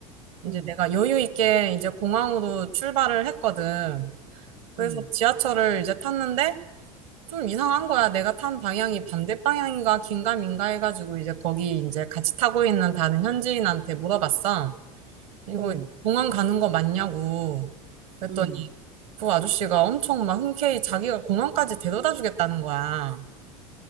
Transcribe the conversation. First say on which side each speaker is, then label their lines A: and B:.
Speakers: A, on the right; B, on the right.
A: 이제
B: 응,
A: 내가 여유 있게 이제 공항으로 출발을 했거든. 그래서
B: 응,
A: 지하철을 이제 탔는데, 좀 이상한 거야. 내가 탄 방향이 반대 방향인가 긴가 민가 해가지고 이제 거기 이제 같이 타고 있는 다른 현지인한테 물어봤어. 이거
B: 어,
A: 공항 가는 거 맞냐고. 그랬더니
B: 응.
A: 그 아저씨가 엄청 막 흔쾌히 자기가 공항까지 데려다 주겠다는 거야.